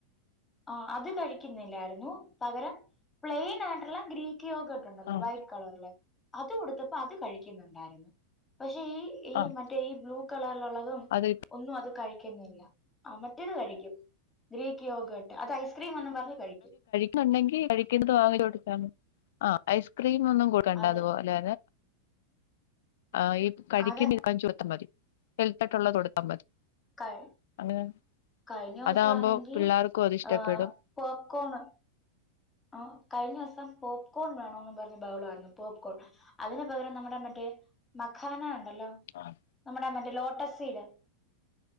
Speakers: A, on the left; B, on the left.
A: ആഹ് അത് കഴിക്കുന്നില്ലായിരുന്നു പകരം പ്ലെയിൻ ആയിട്ടുള്ള ഗ്രീക്ക് യോഗ ആട്ടുണ്ടല്ലോ
B: ആഹ്
A: വൈറ്റ് അത് കൊടുത്തപ്പോ അത് കഴിക്കുന്നുണ്ടായിരുന്നു പക്ഷെ ഈ
B: ആഹ്
A: മ ഡെയയ് ബ്ലൂ കളർൽ അള്ളതും
B: അത്
A: ഒന്നും അത് കഴിക്കുന്നില്ല മറ്റേത് കഴിക്കും ഗ്രീക്ക് യോഗേട്ട് അത് ഐസ്ക്രീം ഒന്നും പറഞ്ഞ് കഴിക്കും
B: ക ഐസ്ക്രീം ഒന്നും കൂ
A: അത്
B: അപോലെെ ആഹ് ഈ കഴുകി
A: അത്
B: നിൽക്കാൻ ചോത്താൽ മതി ഹെൽത്തായിട്ടുള്ളത് കൊടുത്താൽ മതി
A: കി
B: അങ്ങനെ
A: കഴിഞ്ഞ ദിവസ
B: അതാകുമ്പോ
A: ആണെങ്കിൽ
B: പിള്ളേർക്കും അത് ഇഷ്ടപ്പെടും
A: ആഹ് പോപ്കോണ് ആഹ് കഴിഞ്ഞോസം പോപ്കോൺ വേണോന്ന് പറഞ്ഞ് ബഹളമായിരുന്നു പോപ്കോൺ അതിന് പകരം നമ്മുടെ മറ്റേ മഖാന ണ്ടല്ലോ
B: ആഹാ
A: നമ്മുടെ മറ്റേ ലോട്ടസീഡ്